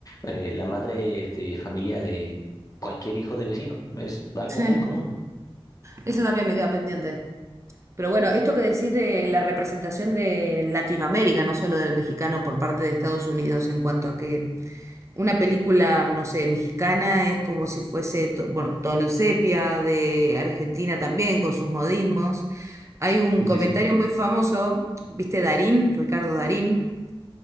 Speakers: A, on the left; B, on the right.
A: eh, la madre de familia de cualquier hijo de vecino. Es algo
B: Sí,
A: muy común.
B: eso también me queda pendiente. Pero bueno, esto que decís de la representación de Latinoamérica, no solo del mexicano por parte de Estados Unidos en cuanto a que Una película, no sé, mexicana es como si fuese, to- bueno, tono en sepia, de Argentina también, con sus modismos. Hay un
A: Sí,
B: comentario
A: sí, sí.
B: muy famoso, ¿viste Darín? Ricardo Darín.